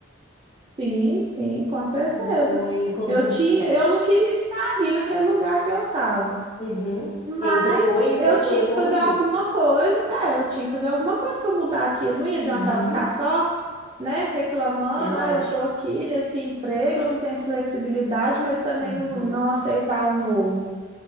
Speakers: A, on the right; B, on the left.
A: Sim, sim, com certeza.
B: Então aí quando
A: Eu
B: tu,
A: tinha,
B: tu-
A: eu não queria ficar ali naquele lugar que eu estava.
B: uhum.
A: Mas
B: E aí tu foi e
A: eu
B: procurou
A: tinha
B: evoluir.
A: que fazer alguma coisa. É, eu tinha que fazer alguma coisa para mudar aquilo. Não ia adiantar
B: Uhum.
A: eu ficar só, né, reclamando.
B: Verdade.
A: Ah, eu tô aqui nesse emprego, eu não tenho flexibilidade, mas também
B: Uhum.
A: não, não aceitar o novo.